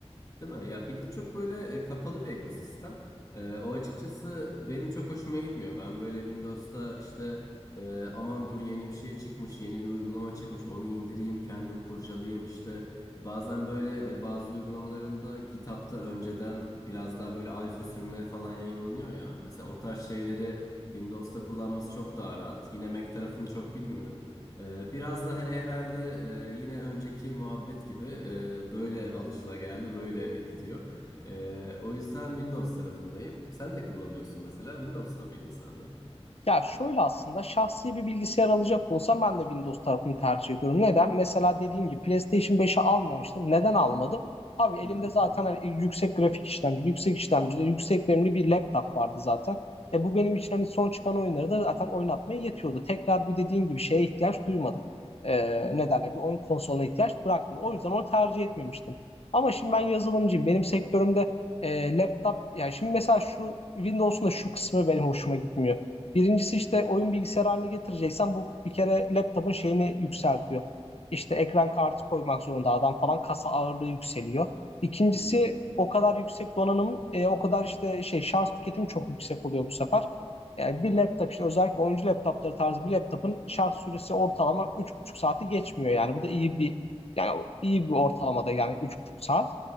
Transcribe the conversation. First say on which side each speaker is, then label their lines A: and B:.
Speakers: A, on the left (about 35°); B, on the left (about 65°).
A: Değil mi? Ya bir de çok böyle e, kapalı bir ekosistem. E, o açıkçası benim çok hoşuma gitmiyor. Ben böyle Windows'ta işte e, aman dur yeni bir şey çıkmış, yeni bir uygulama çıkmış, onu indireyim, kendim kurcalayayım. İşte bazen böyle e, bazı uygulamalarında GitHub'ta önceden biraz daha böyle alfa sürümleri falan yayınlanıyor ya. Mesela o tarz şeyleri Windows'ta kullanması çok daha rahat. Yine Mac tarafını çok bilmiyorum. Ee, Biraz da hani herhalde e, yine önceki muhabbet gibi e, böyle alışılageldi, böyle gidiyor. E, o yüzden Windows tarafındayım. Sen ne kullanıyorsun mesela? Windows'ta mıydın sen de?
B: Ya şöyle aslında şahsi bir bilgisayar alacak olsam ben de Windows tarafını tercih ediyorum. Neden? Mesela dediğim gibi PlayStation 5'i almamıştım. Neden almadım? Abi elimde
A: Hı hı,
B: zaten hani yüksek grafik işlemci, yüksek işlemcili, yüksek RAM'li bir laptop vardı zaten. E bu benim için hani son çıkan oyunları da zaten oynatmaya yetiyordu. Tekrar bir dediğim gibi şeye ihtiyaç duymadım. E,
A: hı hı,
B: ne derler? Bir oyun konsoluna ihtiyaç bırakmadım. O yüzden onu tercih etmemiştim. Ama şimdi ben yazılımcıyım. Benim sektörümde e, laptop, yani şimdi mesela şu Windows'un da şu kısmı benim hoşuma gitmiyor. Birincisi işte oyun bilgisayarı haline getireceksen bu bir kere laptopun şeyini yükseltiyor. İşte ekran kartı koymak zorunda adam falan kasa ağırlığı yükseliyor. İkincisi
A: hı hı,
B: o kadar yüksek donanım, e, o kadar işte şey şarj tüketimi çok yüksek oluyor bu sefer. Yani bir laptop işte özellikle oyuncu laptopları tarzı bir laptopun şarj süresi ortalama üç buçuk saati geçmiyor yani. Bu da iyi bir yani iyi bir ortalamada yani üç buçuk saat.